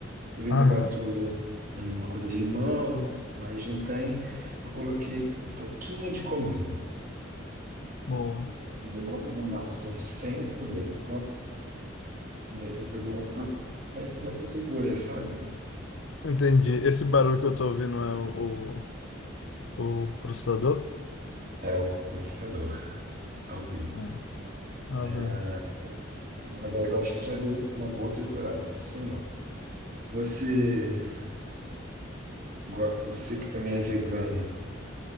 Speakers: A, on the right (about 45°); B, on the left (about 75°).
A: Às vezes
B: Aham,
A: eu boto uma coisa de limão, mas não tem. Eu coloquei um pouquinho de cominho.
B: boa.
A: Nossa, sem problema. Aí eu fazer uma um Purê, sabe?
B: Entendi. Esse barulho que eu tô ouvindo é o, o, o processador?
A: É o processador, ao vivo.
B: É, ao vivo.
A: É. Agora eu acho que já dei uma boa triturada, funcionou. Você Gua- Você que também é vegano,